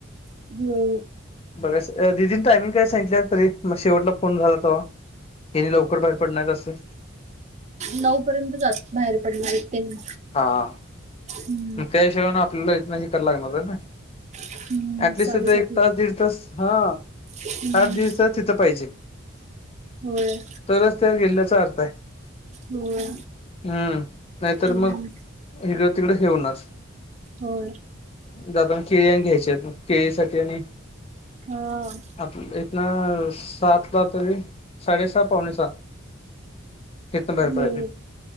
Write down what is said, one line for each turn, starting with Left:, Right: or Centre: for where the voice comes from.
Right: <unintelligible>
Left: बघायच दिदीनी टायमिंग काय सांगितल्या तरी मग शेवटला फोन झाला तवा? तेनी लवकर बाहेर पडणार आसं
Right: नऊ पर्यंत जात बाहेर पडणार आहेत तेनी
Left: हा
Right: हम्म
Left: त्या हिशोबान आपल्याला इथलं हे कार्य करावं लागणार ना.
Right: हम्म
Left: ऍटलिस्ट
Right: साडेसात
Left: तीथं एक तास, दीड तास, हा
Right: हम्म
Left: आठ दिवसाची त पाहिजे.
Right: होय
Left: तरच त्या केल्ल्याचा अर्थ ये.
Right: होय
Left: हम्म, नाहीतर
Right: हम्म
Left: मं इकडं- तिकडं ठेऊन
Right: होय
Left: जातण केळी घ्यायच्या आहेत, मग केळीसाठी आणि
Right: हं,
Left: आपनं इथंन सातला तरी, साडेसहा पावणे सा हितना बाहेर भडायचं,
Right: बरोबर